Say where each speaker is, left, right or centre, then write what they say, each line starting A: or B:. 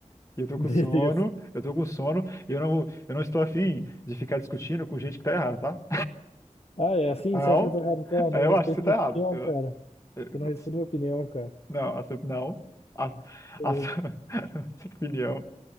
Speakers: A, on the left (about 25°); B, on the left (about 55°).
A: E eu tô com
B: Beleza.
A: sono, eu tô com sono, e eu não, eu não estou afim de ficar discutindo com gente que tá errada, tá?
B: Ah, é assim?
A: Não,
B: Você acha que eu tô errado? Então,
A: eu
B: não respeita
A: acho que você tá
B: minha
A: errado.
B: opinião,
A: Eu-
B: cara.
A: eu-
B: Você não respeita
A: assim,
B: minha opinião, cara.
A: não, a sua- não. A,
B: Beleza.
A: a sua <laughs> sua opinião.